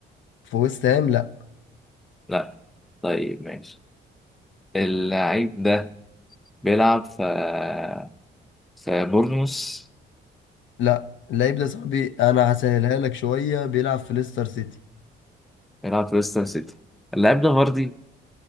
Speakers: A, on the left; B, in the centre.
A: في ويست هام لا
B: لا طيب ماشي اللاعب ده بيلعب في آه، في بورنموث
A: لا اللعيب ده يا صاحبي انا هسهلها لك شوية بيلعب في ليستر سيتي
B: بيلعب في ليستر سيتي اللاعب ده فاردي